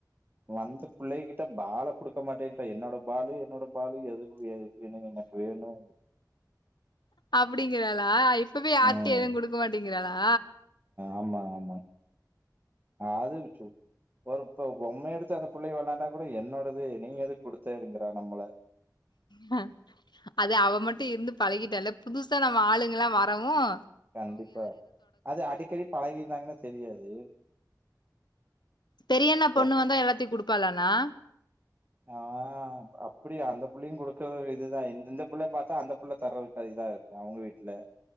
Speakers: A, on the right; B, on the left.
A: வந்த புள்ளைகிட்ட பால குடுக்க மாட்டேன்றா என்னோட பாலு என்னோட பாலு எது வே ணும் எனக்கு வேணு
B: அப்டிங்கிறாளா இப்பவே யார்ட்டியு
A: ம்
B: எதும் குடுக்க மாட்டேங்கிறாளா
A: ஆமா ஆமா அது சு ஒருத்தோ பொம்மைய எடுத்து அந்த புள்ளய வெளையாண்டா கூட என்னோடது நீ எது குடுத்தடுங்கறா நம்மள
B: ஆ அது அவ மட்டு இருந்து பழகிட்டால்ல புதுசா நம்ம ஆளுங்கல்லா வரவும்
A: கண்டிப்பா அது அடிக்கடி பழகிருந்தாங்கன்னா தெரியாது
B: பெரியண்ணா பொண்ணு
A: எப்
B: வந்தா எல்லாத்தயு குடுப்பாளாண்ணா
A: அ அப்டி அந்த புள்ளையு குடுக்குறது இதுதா இந்த புள்ள பாத்தா அந்த புள்ள தரதுக்கு இதா இருக் அவுங்க வீட்ல